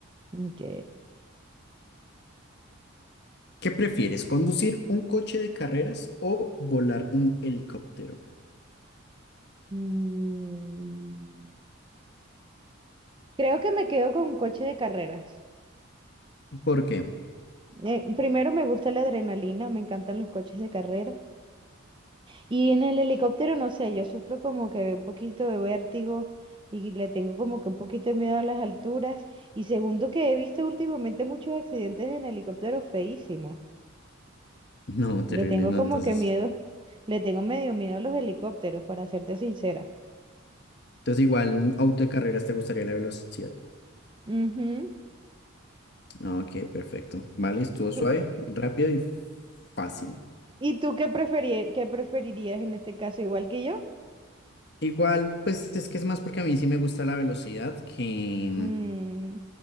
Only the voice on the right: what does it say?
Ok.
Mm, Creo que me quedo con un coche de carreras.
Eh, primero me gusta la adrenalina, me encantan los coches de carrera. Y en el helicóptero, no sé, yo sufro como que un poquito de vértigo y le tengo como que un poquito de miedo a las alturas. Y segundo que he visto últimamente muchos accidentes en helicópteros feísimos.
Le tengo
como
que miedo, le tengo medio miedo a los helicópteros, para serte sincera.
Ujú.
¿Tú-
¿y tú qué preferir- qué preferirías en este caso, igual que yo?
Mm,